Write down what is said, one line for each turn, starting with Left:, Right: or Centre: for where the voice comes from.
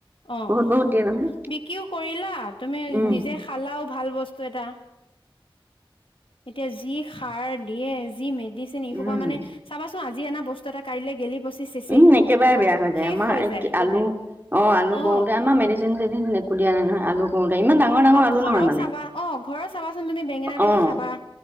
Left: অহ
Right: বহুত বহুত দিয়ে নহয়
Left: বিক্ৰীও কৰিলা তুমি
Right: উম
Left: নিজে খালাও ভাল বস্তু এটা এতিয়া যি সাৰ দিয়ে যি মে মেদিচিন এই খোপা‌
Right: উম
Left: মানে চাবাচোন আজি আজি এনা বস্তু এটা কাইলৈ গেলি- পচি চেচেই
Right: উম একেবাৰে বেয়া হৈ যায়
Left: শেষ
Right: আমাৰ এই
Left: যায়
Right: আলু অহ আলু
Left: অ
Right: কৰোঁতে আমাৰ মেডিচিন চেডচিন একো ওলিয়াই অনা নাই নহয় আলু কৰোতে ইমান ডাঙৰ ডাঙৰ
Left: আৰু
Right: আলু
Left: ঘৰৰ
Right: নহয় মানে
Left: চাবা অহ ঘৰৰ চাবা চোন তুমি বেঙেনা টো
Right: অ',
Left: খাবা